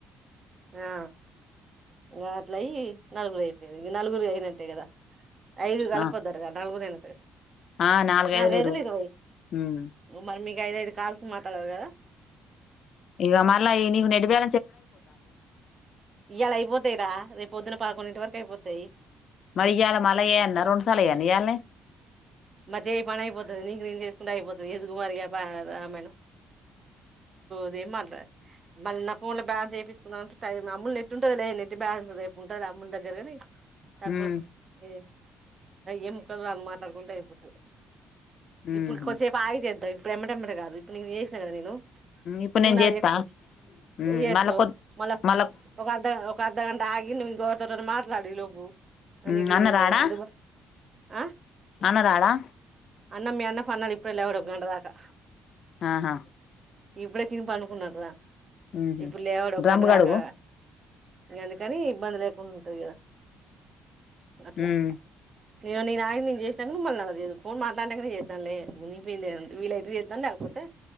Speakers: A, on the right; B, on the left.
A: ఆ వాట్ల యి నలుగురు అయిపోయారు నలుగురు అయినంటే కదా ఐదు కలపపోదారా
B: ఆ
A: నాలుగు టే
B: ఆ నాలుగైదులు
A: నాలుగఐదులు
B: ఇరవై
A: ఇరవైదు
B: ఉమ్
A: మరిమికు ఇగ ఐదఐదు కాల్స్ మాట్లాడాలి కదా
B: ఇవ మళ్ళ ఈవినింగ్ నెట్ బ్యా
A: ఇయళ అయిపోతేయిరా రేపు పొద్దున పదకొండు ఇంటి వరకు అయిపోతాయి
B: మరి ఇయ్యాల మళ్ళా ఏయన్న రెండు సార్లు ఏయన్న ఇయ్యాలనే
A: మరి చే పని అయిపోతుంది నీకు నేను చేసుకుంటే అయిపోతుంది ఎదుగుమారిగా ఆమను ద ఏం మాట్లాదు మళ్ళీ నా ఫోన్ లో బ్యాలన్స్ చేయించుకు అమ్మలు నెట్టు ఉంటది లేదు నెట్ బ్యాలన్స్ రేపు ఉంటది అమ్ముల దగ్గరగాని తకు
B: ఉమ్
A: ఏ ఎం ముక్కల దాక మాట్లాడుకుంటే ఐపో వద్దు
B: ఉహు
A: ఇప్పుడు కొద్దిసేపు ఆగి చేద్దే మే ఇడు ఎమటమ్మట కాదు ఇప్పు నేను చేసిన కదానేను
B: ఇప్పుడు
A: నువ్వు
B: నేను
A: నాకు
B: చేత్తా
A: చేత్తవు నువ్వు
B: ఉమ్
A: చేస్తావ్
B: మళ్ళ కొ
A: మల్ల
B: మళ్ళ
A: ఒక అర్థగంట ఒక అర్ధగంట ఆగి నువ్వు ఎవరితోనో మాట్లాడి లోపు అనగి
B: ఉమ్ అన్న రాడా
A: అందు బాస్ ఆ
B: అన్న రాడా
A: అన్న మీ అన్న పన్నడి ఇప్పుడే లేవడు గంట దాకా
B: ఆహా
A: ఇప్పుడే తిని పండుకున్నాడ్ రా
B: ఉహు
A: ఇప్పుడు లేవాడు ఒక
B: డ్రమ్ము
A: గంట
B: కడుగు
A: దాకా అందుకని ఇబ్బంది లే ఉంది అదిగ అట్లా
B: ఉమ్
A: చీను నీ నయ్యన్ను నేను చేసినను మల్లా లేదు ఫోన్ మాట్లాడాకనే చేద్దాంలే ముగిపోయింది ఏముంది వీలైతేజేస్తాను లేకపోతే